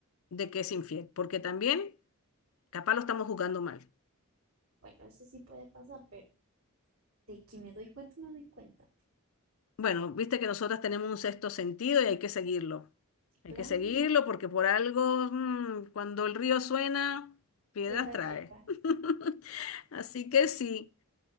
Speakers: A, on the left; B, on the right.
A: de que es infiel, porque también capaz lo estamos jugando mal.
B: bueno, eso sí puede pasar, pero de que me doy cuenta, me doy cuenta.
A: Bueno, viste que nosotras tenemos un sexto sentido y hay que seguirlo. Hay
B: Claro,
A: que seguirlo porque por algo, mm, cuando el río suena, piedras
B: piedras
A: trae.
B: lleva.
A: <laughs> Así que sí.